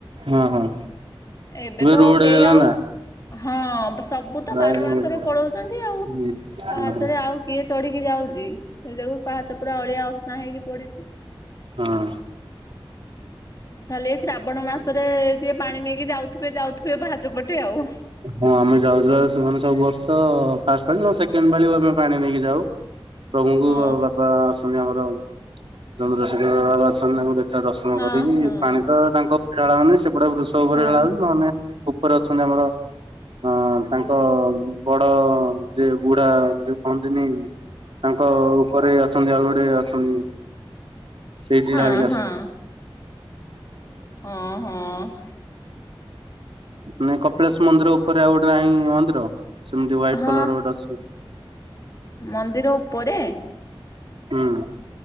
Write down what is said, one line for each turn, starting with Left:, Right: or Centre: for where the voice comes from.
Right: ହଁ ହଁ
Left: ଏବେ ତ
Right: ରୋଡ
Left: କେହି
Right: ହେଇଗଲା
Left: ଆଉ
Right: ନା
Left: ହଁ। ସବୁ ତ
Right: ରାୟଗଡ଼
Left: ବାରବାଙ୍କରେ
Right: ପଟେ।
Left: ପଳଉଛନ୍ତି ଆଉ
Right: ହୁଁ
Left: ପାହାଚରେ
Right: ହୁଁ।
Left: ଆଉ କିଏ ଚଢିକି ଯାଉଚି। ସେ ଯୋଗୁ ପାହାଚ ପୁରା ଅଳିଆ ଅସନା ହେଇକି ପଡିଚି।
Right: ହଁ।
Left: ଖାଲି ଏଇ ଶ୍ରାବଣ ମାସରେ ଯିଏ ପାଣି ନେଇକି ଯାଉଥିବେ ଯାଉଥିବେ ପାହାଚ ପଟେ ଆଉ।
Right: ହଁ ଆମେ ଯାଉଛୁ ପା ସେମାନେ ସବୁ ବର୍ଷ ଫାଷ୍ଟ୍ ପାଳି ନହେଲେ ସେକେଣ୍ଡ୍ ପାଳିକୁ ଆମେ ପାଣି ନେଇକି ଯାଉ। ପ୍ରଭୁଙ୍କୁ
Left: ହଁ
Right: ବାପା ଅଛନ୍ତି ଆମର ଚନ୍ଦ୍ରଶେଖର ବାବା ଅଛନ୍ତି ତାଙ୍କୁ ଦେଖ ଦର୍ଶନ
Left: ହଁ
Right: କରିକି
Left: ହଁ
Right: ପାଣି ତ ତାଙ୍କ ଉପରେ ଢଳା ହଉନି ସେପଟେ ବୃଷବ ଉପରେ
Left: ହଁ
Right: ଢଳା ହଉଚି ନହେନେ ଉପରେ ଅଛନ୍ତି ଆମର। ହଁ ତାଙ୍କ ବଡ଼ ଯେ ବୁଢା ଯୋଉ କୁହନ୍ତିନି ତାଙ୍କ ଉପରେ ଅଛନ୍ତି, ଆଉ ଗୋଟେ ଅଛନ୍ତି। ସେଇଠି
Left: ହଁ
Right: ଢାଳିକ
Left: ହଁ।
Right: ଆସ।
Left: ହଁ ହଁ।
Right: ମୁଁ କପିଳାସ ମନ୍ଦିର ଉପରେ ଆଉ ଗୋଟେ ନାହିଁ ମନ୍ଦିର ସେମତି ହ୍ୱାଇଟ୍
Left: ହଁ
Right: କଲର ର ଗୋଟେ ଅଛି
Left: ମନ୍ଦିର ଉପରେ?
Right: ହୁଁ ।